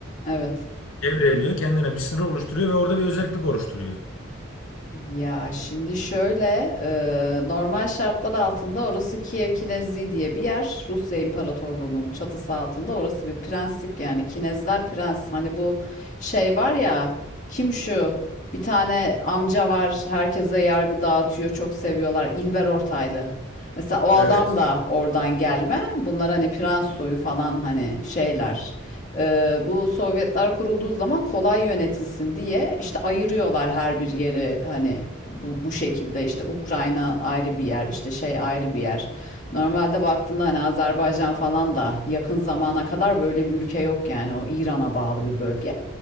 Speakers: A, on the left (about 40°); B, on the left (about 80°).
A: Evet.
B: devreliyor. Kendine bir sınır oluşturuyor ve orada bir özellik oluşturuyor.
A: Ya şimdi şöyle, e, normal şartlar altında orası Kiev Kinezliği diye bir yer. Rusya İmparatorluğu'nun çatısı altında orası bir prenslik yani. Kinezler prens. Hani bu şey var ya, kim şu? Bir tane amca var, herkese yargı dağıtıyor, çok seviyorlar. İlber Ortaylı. Mesela o adam
B: Evet.
A: da oradan gelme. Bunlar hani prens soyu falan hani şeyler. Ee, bu Sovyetler kurulduğu zaman kolay yönetilsin diye işte ayırıyorlar her bir yeri hani bu, bu şekilde işte Ukrayna ayrı bir yer işte şey ayrı bir yer. Normalde baktığında hani Azerbaycan falan da yakın zamana kadar böyle bir ülke yok yani o İran'a bağlı bir bölge.